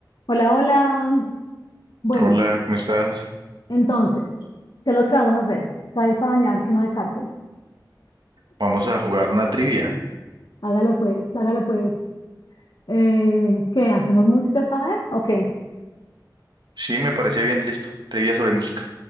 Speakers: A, on the left (about 70°); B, on the right (about 70°).
A: Hola, hola. Bueno,
B: Hola, ¿cómo estás?
A: entonces, ¿qué es lo que vamos a hacer? Cae para bañar, que no de cárcel.
B: Vamos a jugar una trivia.
A: Hágale pues, hágale pues. Eh, ¿qué? ¿Hacemos música esta vez? Ok,
B: Sí, me parece bien, listo. Trivia sobre música.